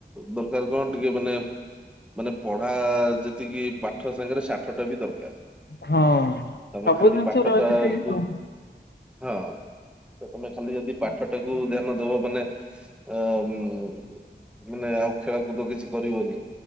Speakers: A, in the centre; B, on the left.
A: ଦରକାର କଣ ଟିକେ ମାନେ ମାନେ ପଢା ଯେତିକି ପାଠ ସାଙ୍ଗରେ ସାଠ ଟା ବି ଦରକାର।
B: ହଁ।
A: ତମେ
B: ସବୁ
A: ଖାଲି
B: ଜିନିଷ
A: ପାଠ
B: ରହିଲେ
A: ଟାକୁ
B: ଠିକ ଆଉ
A: ହଁ ତ ତମେ ଖାଲି ଯଦି ପାଠ ଟାକୁ ଧ୍ୟାନ ଦବ କୋ ମାନେ ଅ ମାନେ ଆଉ ଖେଳକୁଦ କିଛି କରିବନି।